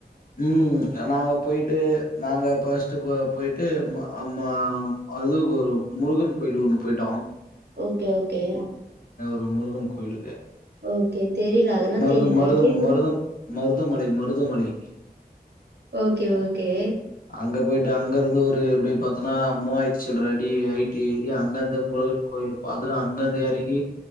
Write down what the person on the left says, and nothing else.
ம் நாங்க போயிட்டு நாங்க பஸ்ட் போயிட்டு அம்மா அதுக்கொரு முருக கோயிலூர்னு போயிட்டோ
ரோ முருகன் கோயிலுக்கு
மருதம்
மருதம்
மருதம் மருதமலை மருதமலை
அங்க போயிட்டு அங்கிருந்து ஒரு பாத்தன்னா மூவாயிரத் சில்ற டி ஐ டி ஏறியா அங்கந்து முருக கோயில பாத்தட்டு அங்கந்து எறங்கி